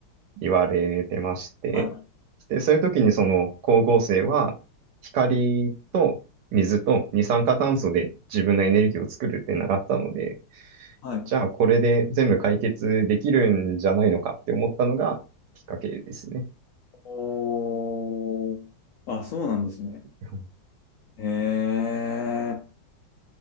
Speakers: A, on the right; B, on the left.
A: う言われてまして、
B: いはい。
A: で、そういう時にその光合成は光と水と二酸化炭素で自分のエネルギーを作るって習ったので、
B: はい。
A: じゃあこれで全部解決できるんじゃないのかって思ったのがきっかけですね。
B: おー。あ、そうなんですね。
A: うん
B: へえ。